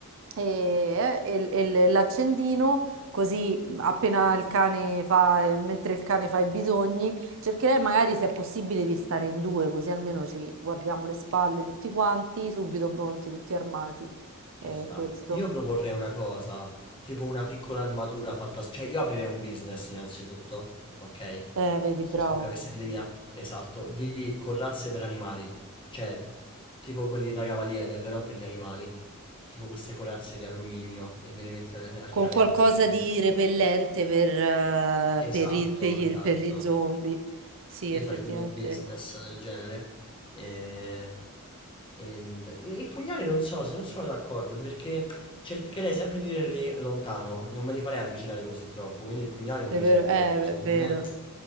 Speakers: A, on the right; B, on the left.
A: e, e- e l'accendino, così mhmm, appena il cane fa, eh, mentre il cane fa i bisogni, cercherei magari se è possibile di stare in due, così almeno ci guardiamo le spalle tutti quanti, subito pronti, tutti armati.
B: Ci
A: Eh,
B: sta.
A: questo.
B: Io proporrei una cosa, tipo una piccola armatura fatta, cioè io aprirei un business innanzitutto, ok?
A: Eh, vedi,
B: Se
A: bravo.
B: scoppia questa epidemia, esatto, di corazze per animali, cioè t- tipo quelli da cavaliere, però per gli animali, tipo queste corazze di alluminio e gliele metti al, al
A: Con
B: cane
A: qualcosa
B: per uscire.
A: di repellente per, eh,
B: Esatto,
A: per i- per gli,
B: esatto.
A: per gli zombie. Sì,
B: Io
A: effettivamente.
B: farei tipo un business del genere. E, e il il pugnale non so, se non sono d'accordo, perché cercherei sempre di tenerli lontano, non me li farei avvicinare così troppo, quindi il pugnale non
A: È
B: mi
A: vero,
B: servirebbe,
A: eh,
B: secondo
A: è vero.
B: me